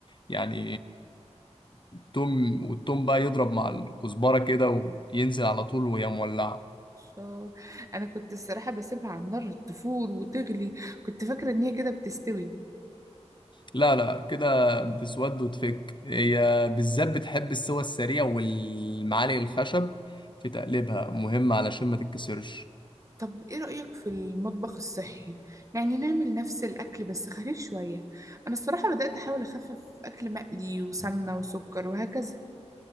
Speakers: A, on the left; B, on the right.
A: يعني التوم والتوم بقى يضرب مع الكزبره كده وينزل على طول وهي مولعه
B: الله أنا كنت الصراحة بسيبها على النار تفور وتغلي كنت فاكرة إن هي كده بتستوي
A: لا لا كده بتسود وتفك هي بالذات بتحب السوى السريع والمعالق الخشب في تقليبها مهم علشان ما تتكسرش
B: طب ايه رأيك في المطبخ الصحي يعني نعمل نفس الاكل بس خفيف شوية انا الصراحة بدأت احاول اخفف اكل مقلي وسمنة وسكر وهكذا